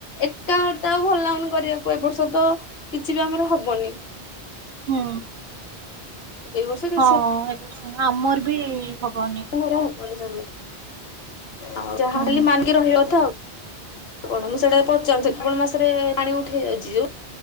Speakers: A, on the left; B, on the right.
A: ଏକା ବାର୍ତ୍ତା ଆଉ ଭଲ ଲାଗୁନି କରିବାକୁ ଏ ବର୍ଷ ତ କିଛି ବି ଆମର ହବନି
B: ହୁଁ
A: ଏଇ ବର୍ଷ କିଛି
B: ହଁ ଏବର୍ଷ ଆମର ବି ହବନି।
A: ଆମ ହବନି ସେ ଆ ଯାହା
B: ହୁଁ
A: ଖ ମାନିକି ରହିବା କଥା ଆଉ। ଆ କଣ ମୁଁ ସେଟା ପଚାରୁଛି ଆପଣ ମାସ ରେ ପାଣି ଉଠେଇ ଯାଉଛି ଯୋଉ